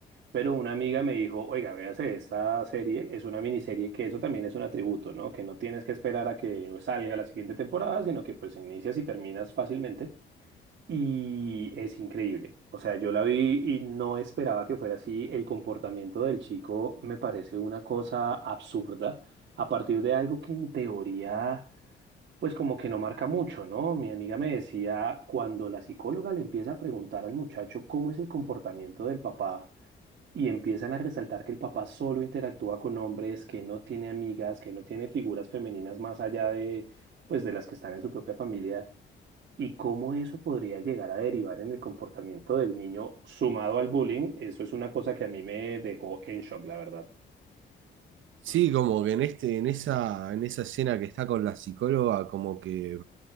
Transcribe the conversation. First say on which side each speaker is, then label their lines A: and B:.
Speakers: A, on the right; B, on the right.
A: Pero una amiga me dijo, oiga, véase esta serie, es una miniserie, que eso también es un atributo, ¿no? Que no tienes que esperar a que salga la siguiente temporada, sino que pues inicias y terminas fácilmente. Y es increíble. O sea, yo la vi y no esperaba que fuera así. El comportamiento del chico me parece una cosa absurda a partir de algo que en teoría, pues como que no marca mucho, ¿no? Mi amiga me decía, cuando la psicóloga le empieza a preguntar al muchacho cómo es el comportamiento del papá, y empiezan a resaltar que el papá solo interactúa con hombres, que no tiene amigas, que no tiene figuras femeninas más allá de, pues, de las que están en su propia familia, y cómo eso podría llegar a derivar en el comportamiento del niño sumado al bullying, eso es una cosa que a mí me dejó en shock, la verdad.
B: Sí, como que en este, en esa, en esa escena que está con la psicóloga, como que